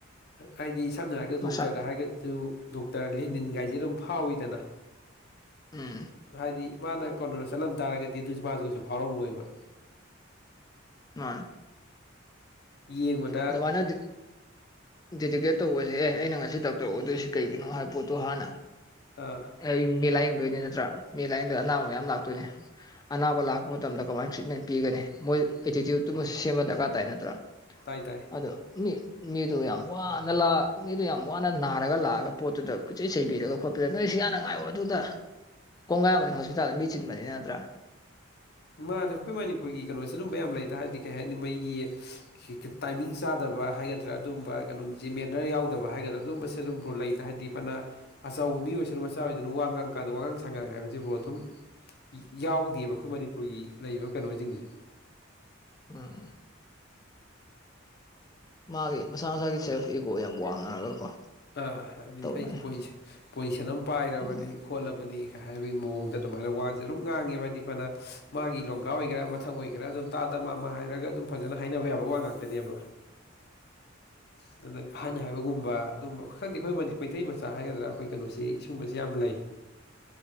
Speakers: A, on the left (about 50°); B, on the left (about 20°).
A: ꯍꯥꯏꯗꯤ ꯁꯝꯅ ꯍꯥꯏꯔꯒ
B: ꯃꯁꯥ
A: ꯗꯣꯛꯇꯔꯗ ꯍꯥꯏꯔꯒꯁꯨ ꯗꯣꯛꯇꯔ ꯂꯦꯅꯤꯟꯒꯥꯏꯁꯦ ꯑꯗꯨꯝ ꯐꯥꯎꯋꯤꯗꯅ
B: ꯎꯝ
A: ꯍꯥꯏꯗꯤ ꯃꯥꯅ ꯀꯣꯅꯔꯗ ꯆꯠꯂꯝ ꯇꯥꯔꯒꯗꯤ ꯑꯗꯨꯁꯨ ꯃꯥꯁꯨ ꯀꯩꯁꯨ ꯐꯥꯎꯔꯝꯃꯣꯏꯕ
B: ꯃꯥꯅꯤ
A: ꯌꯦꯡꯕ
B: ꯑꯗꯨꯃꯥꯢꯅꯗꯤ ꯗꯦꯗꯤꯀꯦꯠ ꯇꯧꯕꯁꯦ ꯑꯦ ꯑꯩꯅ ꯉꯁꯤ ꯗꯥꯛꯇꯔ ꯑꯣꯏꯗꯣꯏꯁꯤ ꯀꯩꯒꯤꯅꯣ ꯍꯥꯏꯕ ꯄꯣꯠꯇꯣ ꯍꯥꯟꯅ
A: ꯑꯥ
B: ꯑꯩ ꯃꯦ ꯂꯥꯏꯌꯦꯡꯗꯣꯏꯅꯦ ꯅꯠꯇ꯭ꯔꯥ ꯃꯦꯂꯥꯏꯌꯦꯡꯗꯣꯏ ꯑꯅꯥꯕ ꯃꯌꯥꯝ ꯂꯥꯛꯇꯣꯏꯅꯦ ꯑꯅꯥꯕ ꯂꯥꯛꯄ ꯃꯇꯝꯗ ꯀꯃꯥꯏꯅ ꯇ꯭ꯔꯤꯠꯃꯦꯟ ꯄꯤꯒꯅꯤ ꯃꯣꯏ ꯑꯦꯇꯤꯇ꯭ꯌꯨꯠꯇꯨꯃꯁꯨ ꯁꯦꯝꯕ ꯗꯔꯀꯥꯔ ꯇꯥꯏ ꯅꯠꯇ꯭ꯔꯥ
A: ꯇꯥꯏ ꯇꯥꯏ
B: ꯑꯗꯣ ꯃꯤ ꯃꯤꯗꯨ ꯌꯥꯝ ꯋꯥꯅ ꯂꯛ ꯃꯤꯗꯨ ꯌꯥꯝ ꯋꯥꯅ ꯅꯥꯔꯒ ꯂꯥꯛꯑꯒ ꯄꯣꯠꯇꯨꯗ ꯈꯨꯆꯩ ꯁꯩꯕꯤꯔꯒꯣꯠꯄ ꯅꯣꯏ ꯁꯤ ꯌꯥꯝꯅ ꯉꯥꯏꯑꯣ ꯑꯗꯨꯗ ꯀꯣꯡꯒꯥꯏ ꯑꯃꯅꯤ ꯍꯣꯁꯄꯤꯇꯥꯜꯗ ꯃꯤ ꯆꯤꯟꯕꯅꯤꯅ ꯅꯠꯇ꯭ꯔꯥ
A: ꯃꯥꯅꯦ ꯑꯩꯈꯣꯏ ꯃꯅꯤꯄꯨꯔꯒꯤ ꯀꯩꯅꯣꯁꯦ ꯑꯗꯨꯝꯕ ꯌꯥꯝ ꯂꯩꯗ ꯍꯥꯏꯔꯗꯤ ꯀꯩ ꯍꯥꯏꯅꯤ ꯃꯩꯒꯤ ꯇꯥꯏꯃꯤꯡ ꯆꯥꯗꯕ ꯍꯥꯏꯒꯗ꯭ꯔꯥ ꯑꯗꯨꯝꯕ ꯀꯩꯅꯣꯝꯁꯦ ꯃꯦꯅꯔ ꯌꯥꯎꯗꯕ ꯍꯥꯏꯒꯗ꯭ꯔꯥ ꯑꯗꯨꯝꯕꯁꯦ ꯑꯗꯨꯝꯕꯨ꯭ꯔꯣ ꯂꯩꯇ ꯍꯥꯏꯗꯤ ꯐꯅ ꯑꯆꯧꯕ ꯃꯤ ꯑꯣꯏꯁꯅꯨ ꯃꯆꯥ ꯑꯣꯏꯁꯅꯨ ꯋꯥ ꯉꯥꯡ ꯀꯥꯟꯗ ꯋꯥꯉꯥꯡ ꯁꯉꯥꯡ ꯍꯥꯏꯕꯁꯤꯕꯨ ꯑꯗꯨꯝ ꯌꯥꯎꯗꯦꯕ ꯑꯩꯈꯣꯏ ꯃꯅꯤꯄꯨꯔꯒꯤ ꯂꯩꯔꯤꯕ ꯀꯩꯅꯣꯁꯤꯡꯁꯦ
B: ꯑꯨꯝ ꯃꯥꯒꯤ ꯃꯁꯥ ꯃꯁꯥꯒꯤ ꯁꯦꯜꯐ ꯏꯀꯣ ꯌꯥꯝ ꯋꯥꯡꯅꯔꯒꯀꯣ
A: ꯑꯥ ꯍꯥꯏꯗꯤ
B: ꯇꯧꯅꯔꯦ
A: ꯑꯩ ꯄꯣꯖꯤꯁꯟ ꯄꯣꯖꯤꯁꯟ ꯑꯃ ꯄꯥꯏꯔꯕꯅꯤ
B: ꯎꯝ
A: ꯈꯣꯠꯂꯕꯅꯤ ꯍꯥꯏꯕꯒꯤ ꯃꯑꯣꯡꯗ ꯑꯗꯨꯃꯥꯏꯅ ꯋꯥꯁꯦ ꯑꯗꯨꯝ ꯉꯥꯡꯉꯦꯕ ꯍꯥꯏꯗꯤ ꯐꯅ ꯃꯥꯒꯤ ꯂꯣꯡꯀ ꯑꯣꯏꯒꯦꯔꯥ ꯃꯊꯛ ꯑꯣꯏꯒꯦꯔꯥ ꯑꯗꯨꯝ ꯇꯇꯥꯗ ꯃꯥꯝꯃ ꯍꯥꯏꯔꯒ ꯑꯗꯨꯝ ꯐꯖꯅ ꯍꯥꯏꯅꯕ ꯌꯥꯕ ꯋꯥ ꯉꯥꯛꯇꯅꯦꯕ
B: <unintelligible>
A: ꯑꯗꯨꯒ ꯍꯥꯏꯅ ꯍꯥꯏꯕ ꯒꯨꯝꯕ ꯑꯗꯨꯝꯕ ꯈꯪꯗꯦ ꯑꯩꯈꯣꯏ ꯃꯗꯤ ꯃꯩꯇꯩ ꯃꯆꯥ ꯍꯥꯏꯒꯗ꯭ꯔꯥ ꯑꯩꯈꯣꯏ ꯀꯩꯅꯣꯁꯤꯒꯨꯝꯕꯁꯤ ꯌꯥꯝ ꯂꯩ